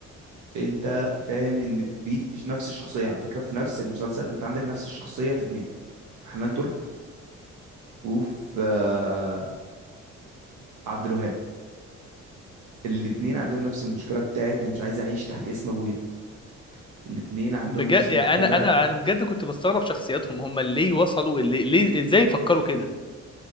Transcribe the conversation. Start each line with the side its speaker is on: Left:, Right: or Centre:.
Right: انت فاهم ان دي نفس الشخصيه على فكره في نفس المسلسل انت عندك نفس الشخصيه في اتنين في حنان ترك وفي آه، عبد الوهاب الاتنين عندهم نفس المشكله بتاعت انا مش عايز اعيش تحت اسم ابويا الاتنين عندهم
Left: بجد
Right: نفس
Left: يعني
Right: المشكله
Left: انا انا انا بجد كنت بستغرب شخصياتهم هم ليه وصلوا ليه, ليه ازاي فكروا كده